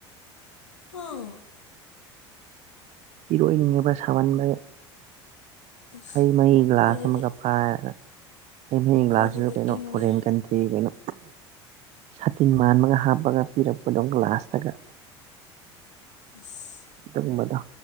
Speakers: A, on the left; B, on the right.
A: ꯍꯥꯎ
B: ꯏꯔꯣꯏꯅꯤꯡꯉꯤꯕ ꯁꯥꯃꯟꯕ
A: ꯏꯁ
B: ꯍꯩ ꯃꯍꯤ ꯒ꯭ꯂꯥꯁ
A: ꯑꯩꯈꯣꯏꯗꯗꯤ
B: ꯑꯃꯒ ꯄꯥꯏꯔꯒ ꯍꯩ ꯃꯍꯤ
A: ꯑꯩꯈꯣꯏꯗꯗꯤ
B: ꯒ꯭ꯂꯥꯁꯁꯤꯁꯨ ꯀꯩꯅꯣ
A: ꯏꯪꯉꯦ
B: ꯐꯣꯔꯦꯟ ꯀꯟꯇ꯭ꯔꯤ ꯀꯩꯅꯣ ꯁꯥꯇꯤꯟ ꯃꯥꯟꯕꯒ ꯍꯥꯞꯄꯒ ꯄꯤꯔꯛꯄꯗꯣ ꯒ꯭ꯂꯥꯁꯇꯒ
A: ꯏꯁ
B: ꯑꯗꯨꯒꯨꯝꯕꯗꯣ